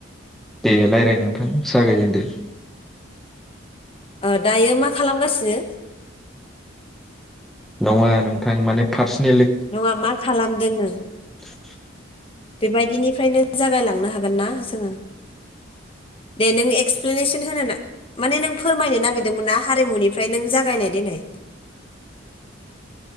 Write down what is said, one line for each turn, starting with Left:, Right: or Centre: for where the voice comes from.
Centre: दे रायलाय नोंथां जागायजेनदो।
Left: ओ दायो मा खालामगासिनो?
Centre: नङा नोंथां माने फार्स्ट
Left: नङा मा खालामदों नों
Centre: <unintelligible>
Left: बेबायदिनिफ्रायनो जागायलांनो हागोन ना जोङो दे नों एक्स प्लेनेसन होनो ना माने नों फोरमायनो नागोरदोंमोन हारिमुनि ओमफ्राय नों जागायनाय देनाय